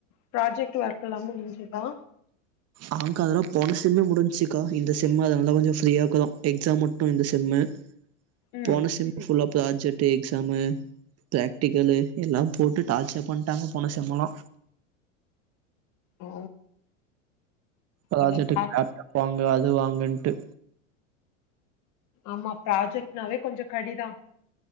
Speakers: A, on the left; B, on the right.
A: ப்ராஜெக்ட் ஒர்க் எல்லாமே முடிஞ்சுதா
B: ஆங்க்கா அதெல்லா போன செம்மே முடிஞ்ச்சுக்கா இந்த செம் அதனாலதா கொஞ்ச ஃப்ரீயாருக்குறோ எக்ஸாம் மட்டு இந்த செம்மு
A: ம்
B: போன செம்மு ஃபுல்லா ப்ராஜட்டு எக்ஸாமு பிராக்டிக்கலு எல்லா போட்டு டார்ச்சர் பண்ட்டாங்க போன செம்லா
A: ஓ
B: ப்ராஜெட்டுக்கு
A: இன்னு ஆ
B: லேப்டாப் வாங்கு அது வாங்குன்ட்டு
A: ஆமா ப்ராஜெக்ட்னாவே கொஞ்ச கடிதா